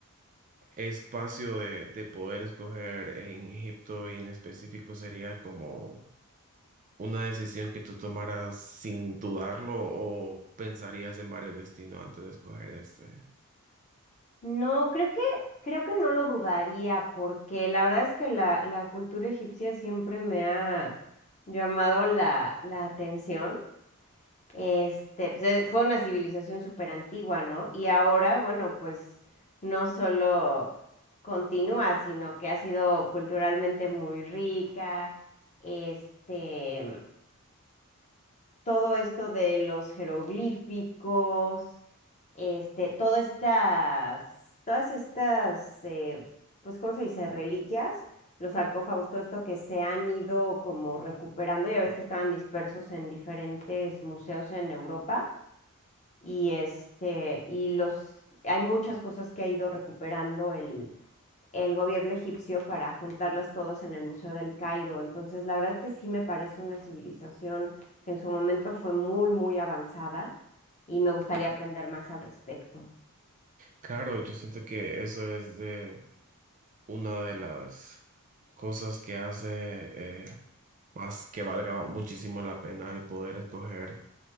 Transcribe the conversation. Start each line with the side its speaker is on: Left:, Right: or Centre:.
Right: espacio de, de poder escoger en Egipto y en específico sería como una decisión que tú tomaras sin dudarlo o pensarías en varios destinos antes de escoger este.
Left: No, creo que, creo que no lo dudaría, porque la verdad es que la, la cultura egipcia siempre me ha llamado la, la atención. Este, pues, eh, fue una civilización súper antigua, ¿no? Y ahora, bueno, pues no solo continúa, sino que ha sido culturalmente muy rica. Este, todo esto de los jeroglíficos, este, todas estas, todas estas, eh, pues, ¿cómo se dice? Reliquias, los sarcófagos, todo esto que se han ido como recuperando, ya ves que estaban dispersos en diferentes museos en Europa y este, y los, hay muchas cosas que ha ido recuperando el, el gobierno egipcio para juntarlas todas en el Museo del Cairo. Entonces, la verdad es que sí me parece una civilización que en su momento fue muy, muy avanzada y me gustaría aprender más al respecto.
Right: Claro, yo siento que eso es de una de las cosas que hace eh, más que valga muchísimo la pena el poder escoger